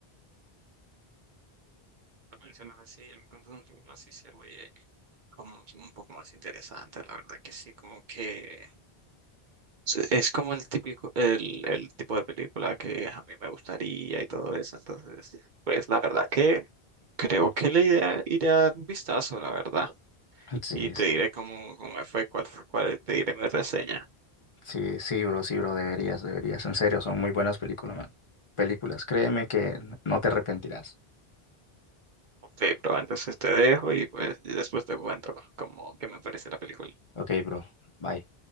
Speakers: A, on the right; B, on the left.
A: Lo mencionas así, me contas un poco más y se oye como un poco más interesante, la verdad que sí, como que Sí, Es como el típico, el, el tipo de película que a mí me gustaría y todo eso. Entonces, pues la verdad que creo que la idea iré a dar un vistazo, la verdad.
B: Sí,
A: Y
B: es-
A: te diré cómo, cómo me fue, cuál, fue- cuál te diré mi reseña.
B: sí, sí, bro, sí, bro, deberías, deberías, en serio, son muy buenas películas, man. Películas, créeme que no te arrepentirás.
A: Ok, pero entonces te dejo y pues y después te cuento cómo que me parece la película.
B: Ok, bro, bye.